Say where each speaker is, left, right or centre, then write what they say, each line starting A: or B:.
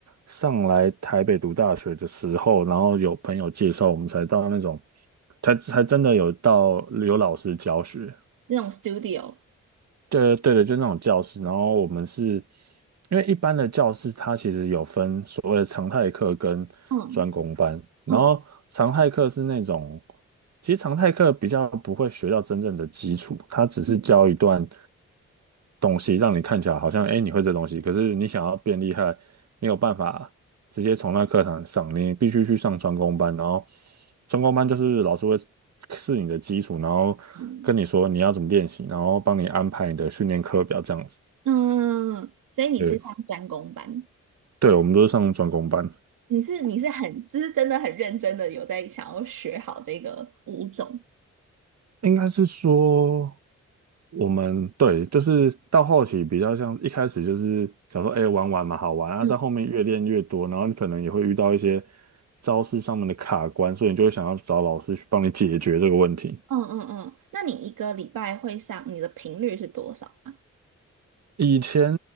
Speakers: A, on the right (about 55°); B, on the right (about 80°).
A: 上来台北读大学的时候，然后有朋友介绍，我们才到那种，才才真的有到有老师教学。
B: 那种 studio？
A: 对对的，就那种教室。然后我们是因为一般的教室，它其实有分所谓的常态课跟专攻班。
B: 嗯
A: 然后常态课是那种，
B: 嗯
A: 其实常态课比较不会学到真正的基础，它只是教一段
B: 嗯
A: 东西，让你看起来好像哎你会这东西，可是你想要变厉害，没有办法。直接从那课堂上，你必须去上专攻班，然后专攻班就是老师会是你的基础，然后跟你说你要怎么练习，
B: 嗯，
A: 然后帮你安排你的训练课表这样子。
B: 嗯，所以你是上专攻班，
A: 对，对，我们都是上专攻班，
B: 你是你是很就是真的很认真的有在想要学好这个舞种。
A: 应该是说我们对，就是到后期比较像一开始就是想说，哎、玩玩嘛，好玩啊，
B: 嗯
A: 到后面越练越多，然后你可能也会遇到一些招式上面的卡关，所以你就会想要找老师去帮你解决这个问题。
B: 嗯嗯嗯，那你一个礼拜会上，你的频率是多少啊？
A: 以前，